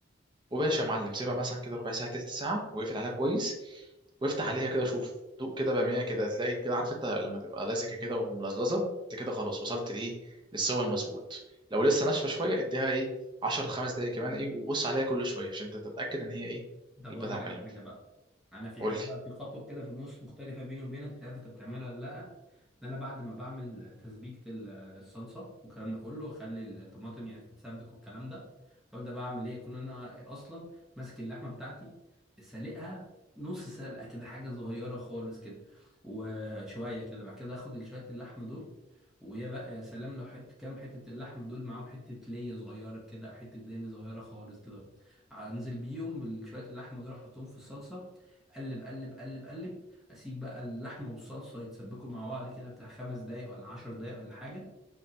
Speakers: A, on the right; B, in the centre.
A: وباشا يا معلم سيبها مثلا كده ربع ساعه تلت ساعه واقفل عليها كويس وافتح عليها كده شوف دوق كده باميه كده تلاقي كده عارف انت لما تبقى لزجه كده وملزلزه انت كده خلاص وصلت لايه للسوى المظبوط لو لسه ناشفه شويه اديها ايه 10 5 دقايق كمان ايه وبص عليها كل شويه عشان انت تتاكد ان هي ايه
B: طب
A: البتاع
B: اقول لك
A: كلام
B: على حاجه بقى انا في
A: قول
B: حاجه
A: لي
B: بقى في خطوه كده في النص مختلفه بيني وبينك مش عارف انت بتعملها ولا لا ده انا بعد ما بعمل تسبيكه ال- آه، الصلصه والكلام ده كله واخلي الطماطم يعني تتسبك والكلام ده ببدا بقى اعمل ايه اكون انا اصلا ماسك اللحمه بتاعتي سالقها نص سلقه كده حاجه صغيره خالص كده وشويه كده بعد كده اخد شويه اللحم دول ويا بقى يا سلام لو حته كام حته اللحم دول معاهم حته ليه صغيره كده او حته دهن صغيره خالص كده انزل بيهم ال- شويه اللحمه دول احطهم في الصلصه قلب قلب قلب قلب اسيب بقى اللحمه والصلصه يتسبكوا مع بعض كده بتاع خمس دقايق ولا عشر دقايق ولا حاجه